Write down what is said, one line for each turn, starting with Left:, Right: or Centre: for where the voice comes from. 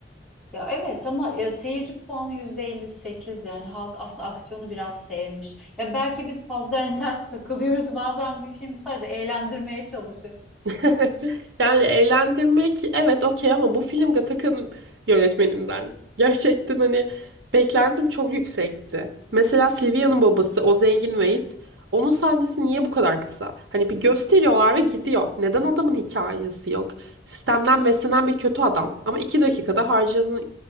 Centre: Ya evet ama e, seyirci puanı %58 yani halk aslında aksiyonu biraz sevmiş. Ya belki biz fazla <laughs> entel takılıyoruz. Bazen bir film sadece eğlendirmeye çalışır.
Right: <laughs> Yani eğlendirmek evet okey ama bu film Gattaca'nın yönetmeninden. Gerçekten hani beklentim çok yüksekti. Mesela Silvia'nın babası o zengin Weiss onun sahnesi niye bu kadar kısa? Hani bir gösteriyorlar ve gidiyor. Neden adamın hikayesi yok? Sistemden beslenen bir kötü adam ama iki dakikada harcanıyor.